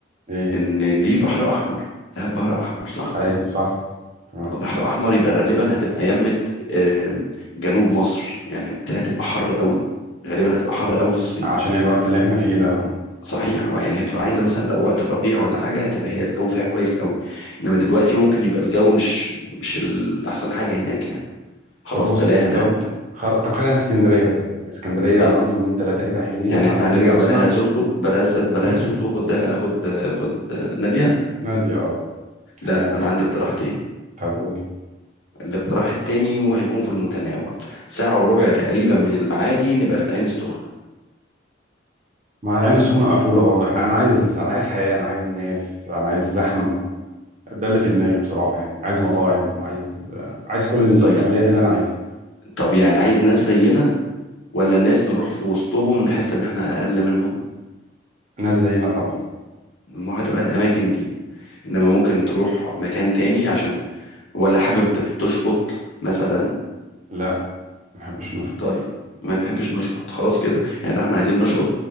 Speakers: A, on the right (about 40°); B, on the left (about 80°).
A: ايه
B: ان دي بحر احمر دهب بحر احمر صح
A: ايوه صح تمام
B: بحر احمر يبقى غالبا هتبقى يمه آم، جنوب مصر يعني بالتالي هتبقى حر قوي غالبا هتبقى حر قوي في الصيف
A: عشان الوقت اللي احنا فيه ده اه
B: صحيح اه يعني هتبقى عايزه مثلا لو وقت الربيع ولا حاجه هتبقى هي الجو فيها كويس قوي انما دلوقتي ممكن يبقى الجو مش مش الاحسن حاجه هناك يعني خلاص
A: طب بص
B: بلاها دهب
A: طب خل... طب خلينا في اسكندرية طيب اسكندرية
B: فل...
A: هنقضي يومين ثلاثة كده حلوين
B: يعني
A: على
B: احنا
A: قد
B: هنرجع
A: فلوسنا
B: بلاها سوسو بلاها س... بلاها
A: <laughs>
B: سوسو خد دهب خد خد ناديه
A: نادي اه
B: لا
A: هنعمل
B: انا
A: ايه
B: عندي اقتراحتين
A: طب قول
B: الاقتراح التاني وهيكون في المتناول ساعه وربع تقريبا من المعادي نبقى في العين السخنه
A: ما هو العين السخنة مقفولة برضه احنا انا عايز انا عايز حياة انا عايز ناس انا عايز زحمة ده اللي في دماغي بصراحة يعني عايز مطاعم عايز آه، عايز كل الكماليات
B: طيب
A: اللي انا عايزها
B: طب يعني عايز ناس زينا ولا ناس نروح في وسطهم نحس ان احنا اقل منهم
A: ناس زينا طبعا
B: ما هتبقى الاماكن دي انما ممكن تروح مكان تاني عشان ولا حابب ت- تشقط مثلا
A: لا ما بحبش نشكر
B: طيب ما نحبش نشقط خلاص كده يعني احنا عايزين نشقط